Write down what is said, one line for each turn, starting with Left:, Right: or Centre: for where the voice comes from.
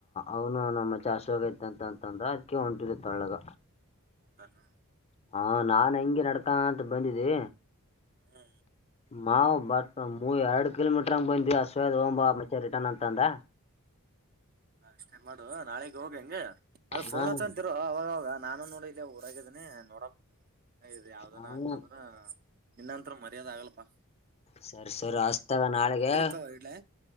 Left: ಅವನು ನ ಮತ್ತೆ. ಚಾಸ್ ಹೋಗೈತೆ ಅಂತ ಅಂತಂದ ಅದಕ ಹೊಂಟಿದ ತೆಳ್ಳಗ.
Right: <unintelligible>
Left: ಹಾ ನಾನ್ ಹಂಗೆ ನಡ್ಕಂತ ಬಂದಿನಿ
Right: ಹ್ಮ
Left: ಮಾವು ಬಟ್ ಮೂ ಎರಡು ಕಿಲೋಮೀಟ್ರ ಹಂಗ ಬಂದ್ವಿ ಹಸಿವು ಆಗ್ಯದ ಹೋಗಂ ಬಾ ರಿಟರ್ನ್ ಮತ್ತೆ ಅಂತ ಅಂದ.
Right: ಎಲ್ಲ ಅಷ್ಟೇ ಮಾಡುವ ನಾಳೆಗೆ ಹೋಗ ಹೆಂಗೆ. ಅದು ಫೋನು
Left: ಹಾಂ
Right: ಹಚ್ಕೊಂತ ಇರೋ ಅವಾಗವಾಗ. ನಾನು ನೋಡಿದೇ ಊರಾಗಿದ್ದೇನೆ ನೋಡಮ್ಮ. ಇದು ಯಾವ್ದನ
Left: ಹಾಂ
Right: ಆಗ್ತ ಅಂದ್ರ ಇನ್ನ ಹತ್ರ ಮರ್ಯಾದೆ ಆಗಲ್ಲಪಾ
Left: ಸರಿ ಸರ್ ಹಸ್ತವೆ ನಾಳೆಗೆ
Right: ತಗೋ ಇಡ್ಲೆ.